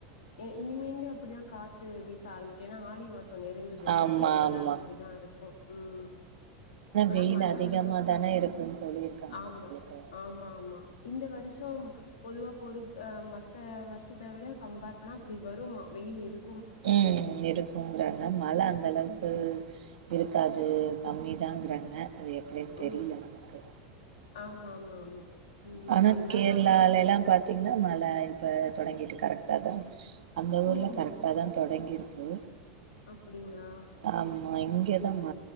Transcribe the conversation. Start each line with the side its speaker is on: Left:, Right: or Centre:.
Left: இ இனிமேந்து அப்படிதா காத்து வீச ஆரம்பிக்கு ஏன்னா ஆடி மாச நெருங்குதுல்ல
Right: ஆமா
Left: அதனால
Right: ஆமா
Left: அப்படிதா இருக்கு ம் ஆனா
Right: வெயில்
Left: மழ
Right: அதிகமா
Left: வந்தா
Right: தான இருக்குன்னு சொல்லியிருக்காங்க
Left: ஆமா
Right: உங்களுக்கு
Left: ஆமா ஆமா இந்த வருஷம் பொதுவா பொரு அ மத்த வரு ஷத்த விட கம்பேர் பண்ணா அப்படி வருமா வெயில் இருக்
Right: ம் ம் இருக் குங்றாங்க மழ அந்தளவுக்கு
Left: ம்
Right: இருக்காது கம்மி தாங்றாங்க அது எப்டின் தெரில
Left: ம்
Right: நமக்கு
Left: ஆமா ஆமா ஆமா ம்
Right: ஆனா
Left: வந்தா
Right: கேரளாலலா
Left: நல்லா இருக்கு
Right: பாத் திங்னா மழ இப்ப தொடங்கிட்டு கரெக்டாதா அந்த ஊர்ல
Left: ம்
Right: கரெக்
Left: ம்
Right: டாதா தொடங்கிருக்கு
Left: அப்டிங்களா
Right: ஆமா இங்கேதா ம